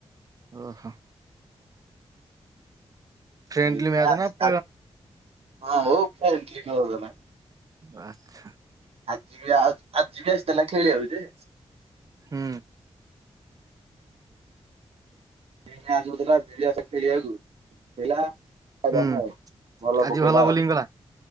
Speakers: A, on the right (about 35°); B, on the right (about 70°).
A: ଓହୋ। ଫ୍ରେଣ୍ଡଲି
B: <unintelligible> ଏ ତ
A: ମ୍ୟାଚ ନା ପ
B: ହଁ ହଉ କ ଖେଳ ହୋଉଥିଲା। <unintelligible>
A: ଆଛା।
B: ଆଜି ବି ଆ ଆଜି ବି ଆସିଥିଲା ଖେଳିବାକୁ ଯେ
A: ହୁଁ।
B: <unintelligible> ଉଥିଲା ଆସେ ଖେଳିବାକୁ ହେଲା। <unintelligible> ଆଉ
A: ହୁଁ।
B: ଭଲ
A: ଆଜି
B: ପକେଇଲା
A: ବୋଲିଂ
B: ଆଉ
A: କଲା